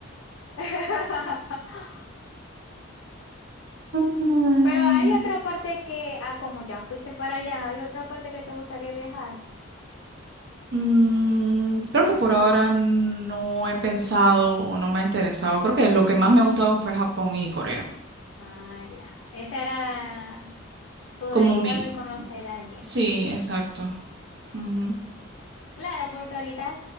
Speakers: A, on the left; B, on the right.
A: <laughs>
B: Ay,
A: Pero hay otra parte que, ah, como ya fuiste para allá, hay otra parte que te gustaría viajar.
B: mm, creo que por ahora no he pensado o no me ha interesado. Creo que lo que más me ha gustado fue Japón y Corea.
A: Ah, ya. Ese era tu deseo
B: Como mi...
A: de conocer allá.
B: Sí, exacto. Ujú.
A: Claro, porque ahorita